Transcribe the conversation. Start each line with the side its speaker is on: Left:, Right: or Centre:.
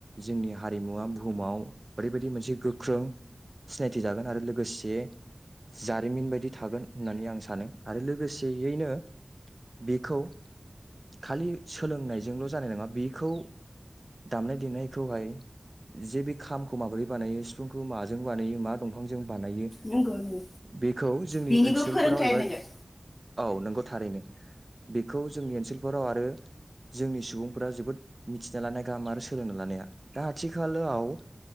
Right: जोंनि हारिमुवा बुहुमाव ओरैबायदि मोनसे गोख्रों सिनायथि जागोन आरो लोगोसे जारिमिन बायदि थागोन होननानै आं सानो। आरो लोगोसेयैनो बेखौ खालि सोलोंनायजोंल जानाय नङा बेखौ दामनाय देनायखौहाय जे बे खामखौ माबोरै बानायो सिफुंखौ माजों बानायो मा दंफांजों बानायो
Left: नंगौ नंगौ
Right: बेखौ जोंनि
Left: बेनिबो
Right: ओनसोलफोराव
Left: फोरोंथाइ
Right: एबा
Left: नांगोन
Right: औ नंग थारैनो बेखौ जोंनि ओनसोलफोराव आरो जोंनि सुबुंफोरा जोबोद मिथिना लानाया गाहाम आरो सोलोंना लानाया। दा आथि खालाव